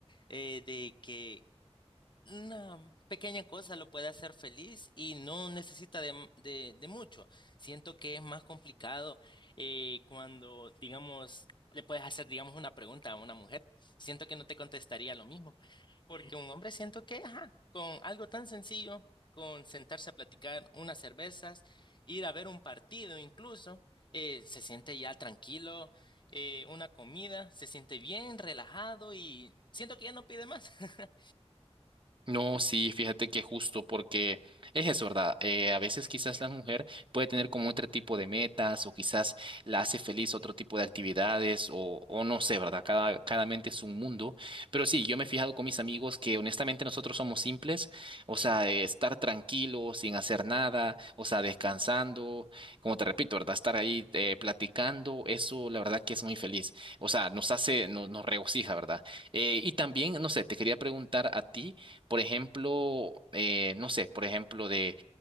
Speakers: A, on the left; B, on the right.
A: eh, de que Una pequeña cosa lo puede hacer feliz y no necesita de, m- de- de mucho. Siento que es más complicado eh, cuando, digamos, le puedes hacer, digamos, una pregunta a una mujer. Siento que no te contestaría lo mismo, porque un hombre siento que, ajá, con algo tan sencillo, con sentarse a platicar unas cervezas, ir a ver un partido incluso, eh, se siente ya tranquilo, eh, una comida, se siente bien, relajado y siento que ya no pide más. <laughs>
B: No, sí, fíjate que justo porque es eso, ¿verdad? Eh, a veces quizás la mujer puede tener como otro tipo de metas o quizás la hace feliz otro tipo de actividades o, o no sé, ¿verdad? Cada, cada mente es un mundo. Pero sí, yo me he fijado con mis amigos que honestamente nosotros somos simples, o sea, eh, estar tranquilo, sin hacer nada, o sea, descansando, como te repito, ¿verdad? Estar ahí eh, platicando, eso la verdad que es muy feliz. O sea, nos hace, no- nos regocija, ¿verdad? Eh, y también, no sé, te quería preguntar a ti. Por ejemplo, eh, no sé, por ejemplo, de